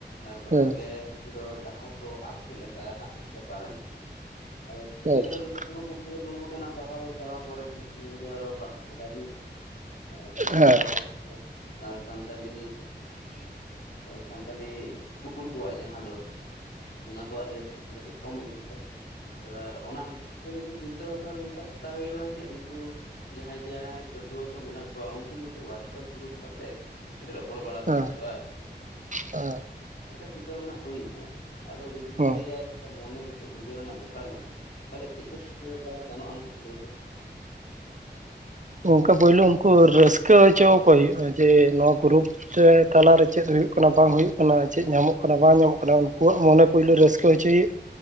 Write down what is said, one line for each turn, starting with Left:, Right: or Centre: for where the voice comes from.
Left: ᱛᱚᱠᱷᱚᱱ
Right: ᱦᱮᱸ
Left: ᱜᱮ ᱱᱩᱠᱩ ᱫᱚ ᱰᱟᱦᱟᱨ ᱠᱚ ᱟᱫ ᱠᱮᱫ ᱞᱮᱠᱟ ᱦᱟᱜ ᱵᱮᱯᱟᱨ ᱮᱱᱟ᱾ ᱟᱫᱚ ᱠᱤᱪᱷᱩ ᱜᱤᱫᱽᱨᱟᱹ
Right: ᱟᱪᱪᱷᱟ
Left: ᱫᱚᱠᱚ ᱫᱩᱲᱩᱵ ᱠᱚ ᱫᱩᱲᱩᱵ ᱟᱠᱟᱱᱟ ᱯᱟᱲᱦᱟᱣ ᱪᱟᱵᱟ ᱯᱚᱨᱮ ᱠᱤᱪᱷᱩ ᱜᱤᱫᱽᱨᱟᱹ ᱟᱨᱚ ᱯᱟᱲᱦᱟᱣ ᱠᱚ ᱵᱟᱹᱜᱤᱭᱟ ᱱᱚᱣᱮ
Right: ᱦᱮᱸ ᱦᱮᱸ
Left: ᱟᱵᱚ ᱥᱟᱱᱛᱟᱞᱤ ᱥᱟᱱᱛᱟᱞᱤ ᱤᱥᱠᱩᱞ ᱠᱚᱣᱟᱜ ᱡᱟᱦᱟᱸ ᱫᱚ ᱚᱱᱟ ᱠᱚᱣᱟᱜ ᱨᱮᱴᱮᱝ ᱠᱟᱹᱴᱤᱡ ᱠᱚᱢ ᱤᱫᱤᱜ ᱠᱟᱱᱟ ᱮᱵᱟᱨ ᱚᱱᱟ ᱥᱤᱥᱴᱮᱢᱮᱴᱤᱠ ᱵᱷᱟᱵᱱᱟ ᱱᱚᱝᱠᱟ ᱦᱟᱛᱟᱣ ᱦᱩᱭ ᱞᱮᱱᱟ ᱡᱮ ᱩᱱᱠᱩ ᱦᱟᱛᱟᱣ ᱦᱩᱭ ᱞᱮᱱᱟ ᱡᱮ ᱩᱸᱠᱩ ᱡᱟᱦᱟᱸᱭ ᱡᱟᱦᱟᱸᱭ ᱯᱟᱹᱴᱷᱩᱣᱟᱹ ᱠᱚ ᱢᱮᱱᱟᱜ ᱠᱚᱣᱟ ᱩᱱᱠᱩ ᱢᱤᱫᱴᱮᱱ ᱦᱣᱟᱴᱥᱮᱯ ᱜᱨᱩᱯ ᱚᱛᱮ ᱟᱹᱰᱤ ᱨᱚᱯᱚᱲ ᱵᱟᱲᱟ
Right: ᱟᱪᱪᱷᱟ
Left: ᱦᱩᱭ
Right: ᱦᱮᱸ
Left: ᱠᱚᱜᱼᱟ ᱟᱨ ᱪᱮ
Right: ᱦᱮᱸ
Left: ᱱᱚᱝᱠᱟ ᱪᱤᱱᱛᱟᱹ ᱵᱷᱟᱵᱱᱟ ᱦᱩᱭ-ᱟ ᱠᱟᱱᱟ᱾ ᱟᱫᱚ ᱡᱩᱫᱤ ᱵᱤᱱ
Right: ᱦᱮᱸ
Left: ᱞᱟᱹᱭᱟ ᱢᱚᱱᱮ ᱢᱤᱫᱴ ᱵᱩᱡᱷᱟᱹᱣ ᱨᱮᱱᱟᱜ ᱵᱮᱯᱟᱨ ᱢᱮᱱᱟᱜᱼᱟ᱾ ᱛᱟᱦᱚᱞᱮ ᱪᱮᱫ ᱠᱚ ᱪᱤᱠᱟᱹ ᱵᱟᱲᱟ ᱜᱟᱱᱚᱜᱼᱟ ᱢᱟᱥᱮ ᱞᱟᱹᱭ ᱵᱤᱱ <inaudible>
Right: ᱚᱱᱠᱟ ᱯᱳᱭᱞᱳ ᱩᱱᱠᱩ ᱨᱟᱹᱥᱠᱟᱹ ᱦᱚᱪᱚᱠᱚ ᱦᱩᱭᱩᱜᱼᱟ ᱡᱮ ᱱᱚᱣᱟ ᱜᱨᱩᱯ ᱛᱟᱞᱟᱨᱮ ᱪᱮᱫ ᱦᱩᱭᱩᱜ ᱠᱟᱱᱟ ᱵᱟᱝ ᱦᱩᱭᱩᱜ ᱠᱟᱱᱟ ᱪᱮᱫ ᱧᱟᱢᱚᱜ ᱠᱟᱱᱟ ᱵᱟᱝ ᱧᱟᱢᱚᱜ ᱠᱟᱱᱟ ᱩᱱᱠᱩᱣᱟᱜ ᱢᱚᱱᱮ ᱯᱳᱭᱞᱳ ᱨᱟᱹᱥᱠᱟᱹ ᱦᱚᱪᱚᱭᱼᱟ᱾